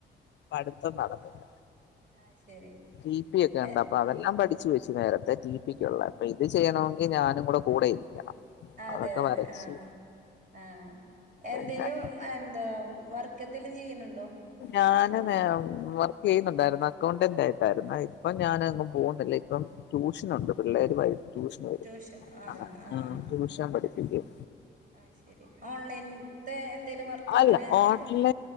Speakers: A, on the left; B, on the right.
A: പഠിത്തം നടന്നില്ല.
B: അഹ് ശരി
A: ടി പി ഒക്കെ ണ്ട്
B: എഹ്
A: അപ്പൊ അതെല്ലാം പഠിച്ചു വെച്ചു. നേരത്തെ ടി പിക്ക്ള്ള. ഇത് ചെയ്യണമെങ്കിൽ ഞാനും കൂടെ കൂടെ ഇരിക്കണം.
B: അതെ
A: അതൊക്കെ
B: അതെ
A: വരച്ചു
B: ആഹ് ആഹ്
A: പിന്നെ
B: എന്തേലും. എന്താ വർക്ക് എന്തെലും ചെയ്ണ് ണ്ടോ?
A: ഞാന് നെ വർക്ക് ചെയ്യുന്നുണ്ടായിരുന്നു. അക്കൗണ്ടന്റ് ആയിട്ടായിരുന്നു. ഇപ്പം ഞാന് ങ്ങും പോകുന്നില്ല. ഇപ്പം ട്യൂഷനുണ്ട് പിള്ളേര് വെരും ട്യൂഷന് വരും
B: ട്യൂഷൻ ആഹ്
A: അങ്ങനെ
B: ആഹ്
A: ട്യൂഷൻ പഠിപ്പികും.
B: ആഹ് ശരി ഓൺലൈൻത്തെ എന്തേലും വർക്ക്
A: അല്ല
B: അങ്ങനെ
A: ഓൺലൈൻ
B: എന്ത്